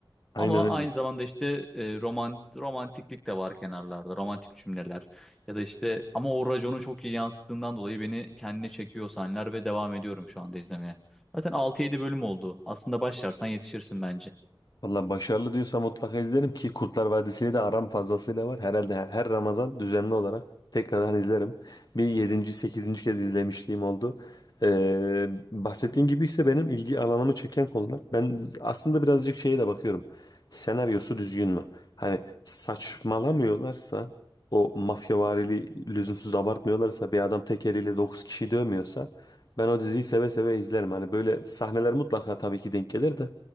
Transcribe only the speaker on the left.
aynen
öyle.
Valla başarılı diyorsa mutlaka izlerim ki Kurtlar Vadisi'yle de aram fazlasıyla var. Herhalde her her Ramazan düzenli olarak tekrardan izlerim. Bir yedinci sekizinci kez izlemişliğim oldu. Ee, bahsettiğin gibi ise benim ilgi alanımı çeken konular. Ben aslında birazcık şeye de bakıyorum. Senaryosu düzgün mü? Hani saçmalamıyorlarsa o mafyavari lüzumsuz abartmıyorlarsa bir adam tek eliyle 9 kişi dövmüyorsa ben o diziyi seve seve izlerim. Hani böyle sahneler mutlaka tabii ki denk gelir de